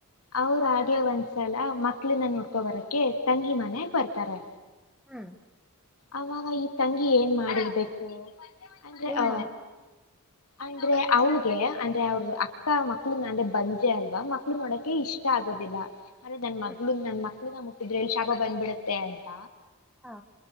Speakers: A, on the left (about 90°); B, in the centre.
A: ಅವ್ರ ಹಾಗೆ ಒಂದ್ಸಲ ಮಕ್ಳಿನ ನೋಡ್ಕೊ ಬರಕ್ಕೆೆ ತಂಗಿ ಮನೆ ಬರ್ತಾರೆ.
B: ಹ್ಮ್
A: ಅವಾಗ ಈ ತಂಗಿ ಏನ್ ಮಾಡಿರ್ಬೇಕು ಅಂದ್ರೆ
B: ಏನ್
A: ಆ
B: ಮಾಡಿ
A: ಅಂದ್ರೆ ಅವಳಗೆ ಅಂದ್ರೆ ಅವ್ರ ಅಕ್ಕ ಮಕ್ಳು ಅಂದ್ರೆ ಬಂದಜೆ ಅಲ್ವಾ ಮಕ್ಳು ನೋಡಕೆ ಇಷ್ಟ ಆಗೋದಿಲ್ಲ. ಅರೇ ನನ್
B: ಹ್ಮ್
A: ಮಗ್ಳ ನನ್ ಮಕ್ಳು ನಾ ಮುಟ್ಟಿದ್ರೆ ಎಲ್ಲಿ ಶಾಪ ಬಂದ್ಬಿಡುತ್ತೆ ಅಂತ.
B: ಹಾ